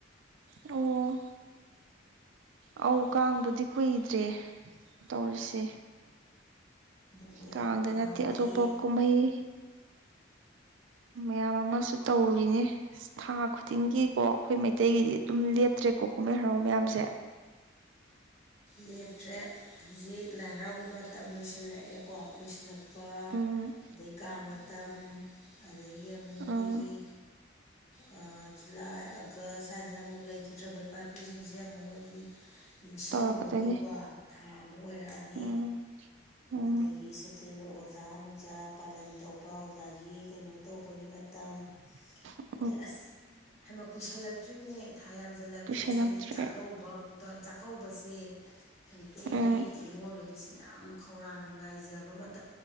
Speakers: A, on the right; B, on the left.
A: ꯑꯣ ꯑꯧ ꯀꯥꯡꯕꯨꯗꯤ ꯀꯨꯏꯗ꯭ꯔꯦ ꯇꯧꯔꯤꯁꯦ
B: ꯑꯗꯣ ꯃꯣꯏ
A: ꯀꯥꯡꯗ
B: ꯀꯥꯡꯒꯤ
A: ꯅꯠꯇꯦ ꯑꯇꯣꯞꯄ ꯀꯨꯝꯍꯩ ꯃꯌꯥꯝ ꯑꯃꯁꯨ ꯇꯧꯔꯤꯅꯦ ꯊꯥ ꯈꯨꯗꯤꯡꯒꯤꯀꯣ ꯑꯈꯣꯏ ꯃꯩꯇꯩꯒꯤꯗꯤ ꯇꯨꯝ ꯂꯦꯞꯇ꯭ꯔꯦꯀꯣ ꯀꯨꯝꯍꯩ ꯍꯔꯥꯎ ꯃꯌꯥꯝꯖꯦ
B: ꯂꯦꯞꯇ꯭ꯔꯦ ꯍꯨꯖꯤꯛ ꯂꯥꯏ ꯍꯔꯥꯎꯕ ꯃꯇꯝ ꯂꯣꯏꯁꯤꯜꯂꯛꯑꯦꯀꯣ ꯂꯣꯏꯁꯤꯜꯂꯛ ꯄ
A: ꯎꯝ
B: ꯑꯗꯩ ꯀꯥꯡ ꯃꯇꯝ ꯑꯗꯒꯤ ꯑꯃꯨꯛ ꯑꯩꯈꯣꯏꯒꯤ
A: ꯎꯝ
B: ꯑꯥ ꯖꯨꯂꯥꯏ ꯑꯥꯒꯁ ꯁꯥꯏꯖꯤꯗ ꯑꯃꯨꯛ ꯂꯩꯈꯤꯗ꯭ꯔꯥꯕ ꯏꯄꯥ ꯏꯄꯨꯖꯤꯡꯖꯦ ꯑꯃꯨꯛ ꯃꯣꯏꯒꯤ ꯅꯤꯡꯁꯤꯡꯕ
A: ꯇꯧꯔꯛꯀꯗꯣꯏꯅꯤ
B: <unintelligible> ꯊꯥ ꯑꯃꯨꯛ ꯑꯣꯏꯔꯛꯑꯅꯤ
A: ꯎꯝ ꯎꯝ
B: ꯑꯗꯒꯤ ꯁꯦꯞꯇꯦꯝꯕꯔ ꯑꯣꯖꯥ ꯅꯨꯡꯖꯥ ꯄꯥꯂꯟ ꯇꯧꯕ ꯑꯣꯖꯥꯒꯤ ꯀꯩꯅꯣ ꯇꯧꯕꯒꯤ ꯃꯇꯝ
A: <inaudible>
B: ꯑꯗꯩ ꯑꯁ ꯍꯩꯃ ꯀꯨꯏꯁꯜꯂꯛꯇ꯭ꯔꯤꯅꯦ ꯊꯥ ꯌꯥꯝꯖꯜꯂꯛꯇ꯭ꯔꯦ
A: ꯀꯨꯏꯁꯜꯂꯛꯇ꯭ꯔꯦ
B: ꯆꯩ ꯆꯥꯛꯀꯧ ꯕ ꯑꯃꯨꯛꯇꯧ ꯆꯥꯛꯀꯧꯕꯁꯦ ꯃꯩꯇꯩꯒꯤ
A: ꯎꯝ
B: ꯅꯤꯡꯉꯣꯜ ꯑꯣꯏꯕꯤꯁꯤꯡꯅ ꯌꯥꯝ ꯈꯧꯔꯥꯡꯅ ꯉꯥꯏꯖꯕ ꯃꯠ